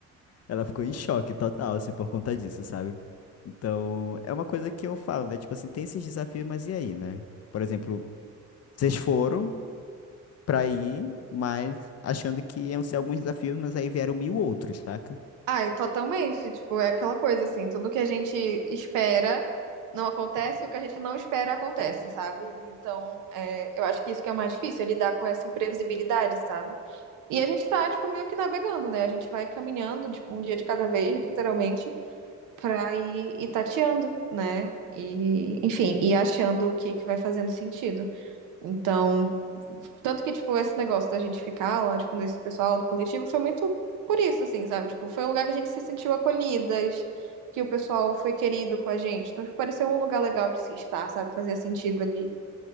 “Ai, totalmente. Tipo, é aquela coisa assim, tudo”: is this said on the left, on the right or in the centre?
Right